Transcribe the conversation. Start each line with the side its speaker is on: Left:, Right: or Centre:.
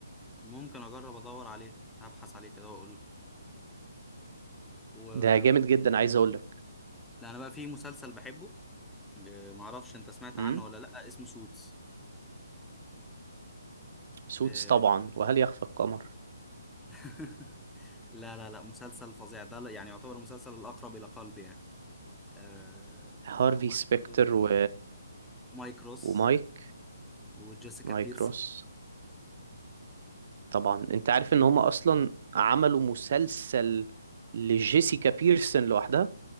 Centre: ممكن أجرب أدور عليه هبحث عليه كده وأقول لك و...
Right: ده جامد جدا عايز اقول لك
Centre: لا أنا بقى في مسلسل بحبه آه، معرفش أنت سمعت عنه
Right: امم
Centre: ولا لأ اسمه سوتس
Right: سوتس
Centre: آه،
Right: طبعا وهل يخفى القمر
Centre: <laughs> لا لا لا مسلسل فظيع ده لا- يعني يعتبر المسلسل الأقرب إلى قلبي يعني آه
Right: هارفي
Centre: هما
Right: سبيكتر
Centre: شخصية
Right: و...
Centre: مايك روس
Right: ومايك
Centre: وجيسيكا
Right: مايك
Centre: بيرسون
Right: روس طبعا انت عارف ان هما اصلا عملوا مسلسل لجيسيكا بيرسون لوحدها